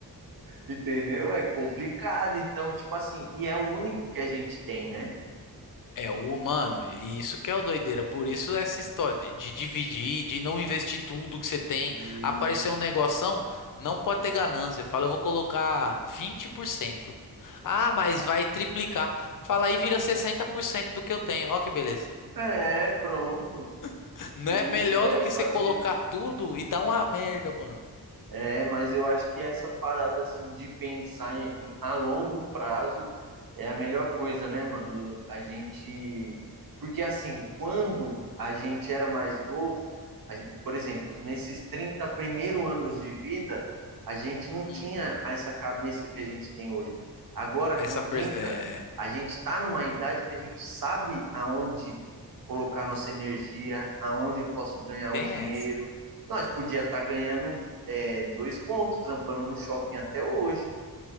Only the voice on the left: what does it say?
É, o mano, e isso que é o doideira. Por isso essa história de de dividir, de não investir tudo que você tem.
Aparecer um negoção, não pode ter ganância. Fala, eu vou colocar 20%. Ah, mas vai triplicar. Fala aí, vira 60% do que eu tenho. Ó que beleza.
<laughs> Não
é melhor
do que
você colocar tudo e dar uma merda, mano.
Hum,
essa
pers-
é,
tem
essa.